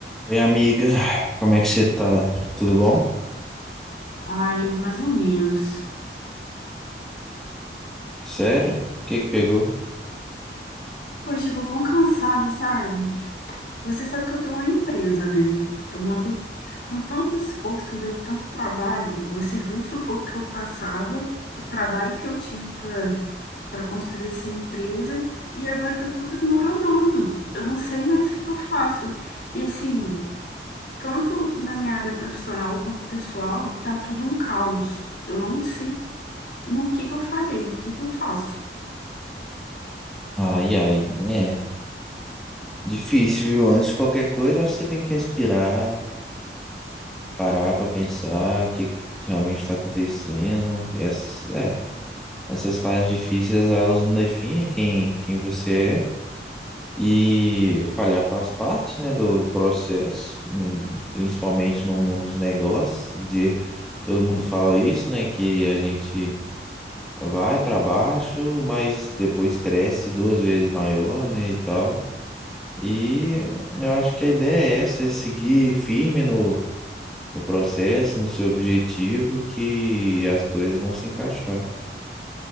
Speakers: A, in the centre; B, on the left.
A: Oi, amiga, como é que você tá? Tudo bom?
B: Ai, mais ou menos.
A: Sério? O que que pegou?
B: Poxa, eu tô tão cansada, sabe? Você sabe que eu tenho uma empresa, né? Eu montei com tanto esforço, deu tanto trabalho. Você viu o sufoco que eu passava, o trabalho que eu tive para para construir essa empresa, e agora tá tudo desmoronando. Eu não sei mais o que que eu faço. E assim, tanto na minha área profissional quanto pessoal, tá tudo um caos. Eu não sei no que que eu falhei, o que que eu faço.
A: Ai, ai, é difícil, viu? Antes de qualquer coisa, eu acho que você tem que respirar, parar pra pensar o que que realmente tá acontecendo. Essas, é, essas fases difíceis, elas não definem quem, quem você é. E falhar faz parte, né, do processo, hum, principalmente no mundo dos negócios, de todo mundo fala isso, né, que a gente vai para baixo, mas depois cresce duas vezes maior, né, e tal. E eu acho que a ideia é essa, é seguir firme no, no processo, no seu objetivo, que as coisas vão se encaixar.